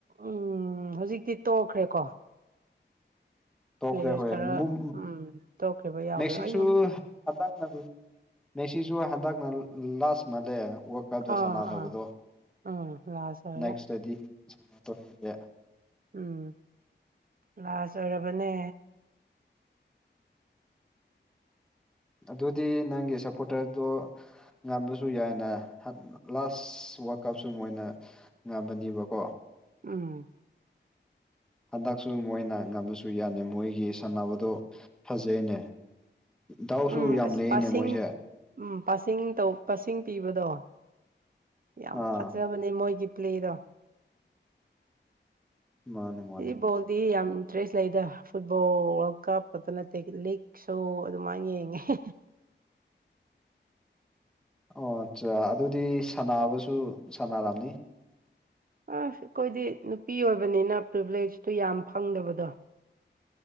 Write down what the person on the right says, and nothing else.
ꯎꯝ ꯍꯧꯖꯤꯛꯇꯤ ꯇꯣꯛꯈ꯭ꯔꯦꯀꯣ꯫
ꯄ꯭ꯂꯦꯌꯔꯁ
ꯈꯔ
ꯎꯝ ꯇꯣꯛꯈ꯭ꯔꯤꯕ ꯌꯥꯎꯕꯗꯣ
ꯑꯩ ꯃꯃꯤꯡ
ꯑꯥ
ꯑꯥ ꯎꯝ ꯂꯥꯁ ꯑꯣꯏꯔꯦ
ꯎꯝ ꯂꯥꯁꯠ ꯑꯣꯏꯔꯕꯅꯦ꯫
ꯎꯝ꯫
ꯎꯝ
ꯑꯁ
ꯄꯥꯁꯤꯡ
ꯎꯝ ꯄꯥꯁꯤꯡ ꯇꯧ ꯄꯥꯁꯤꯡ ꯄꯤꯕꯗꯣ ꯌꯥꯝ
ꯐꯖ ꯖꯕꯅꯦ ꯃꯣꯏꯒꯤ ꯄ꯭ꯂꯦꯗꯣ꯫
ꯑꯩ ꯕꯣꯜꯗꯤ ꯌꯥꯝ ꯏꯟꯇꯔꯦꯁ ꯂꯩꯗ ꯐꯨꯠꯕꯣꯜ ꯋꯥꯔꯜꯗ ꯀꯞ ꯈꯛꯇ ꯅꯠꯇꯦ ꯂꯤꯒꯁꯨ ꯑꯗꯨꯃꯥꯏꯅ ꯌꯦꯡꯉꯦ <unintelligible>
ꯎꯡ ꯑꯩꯈꯣꯏꯗꯤ ꯅꯨꯄꯤ ꯑꯣꯏꯕꯅꯤꯅ ꯄ꯭ꯔꯤꯚꯂꯦꯖꯇꯨ ꯌꯥꯝ ꯐꯪꯗꯕꯗꯣ꯫